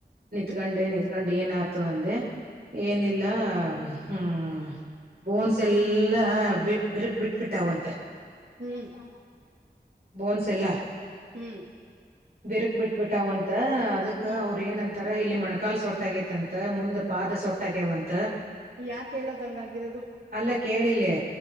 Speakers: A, on the right; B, on the right.
A: ನಿತ್ಕಂಡೆ ನಿತ್ಕಂಡ ಏನ ಆತು ಅಂದೆ. ಏನಿಲ್ಲ ಹ್ಮ ಬೋನ್ಸ್ ಎಲ್ಲಾ ಬಿಟ್ಟು. ಬಿರಕ್ ಬಿಟ್ಬಿಟ್ಟಾವಂತ
B: ಹ್ಮ್
A: ಬೋನ್ಸ್ ಎಲ್ಲ.
B: ಹೂ
A: ಬಿರಕ್ ಬಿಟ್ಬಿಟ್ಟಾವಂತ. ಅಕ್ಕ
B: ಹ್ಮ್
A: ಅವ್ರ ಏನಂತಾರ ಇಲ್ಲಿ ಮಣಕಾಲ ಸೊಟ್ಟ ಆಗೇತೈತ, ಮುಂದ್ ಪಾದ ಸೊಟ್ಟ ಆಗ್ಯವಂತ.
B: ಯಾಕ್ ಹೇಳೋದ ಹಂಗ ಆಾಗಿರೋದು
A: ಅಲ್ಲ ಕೇಳಿಲ್ಲೆ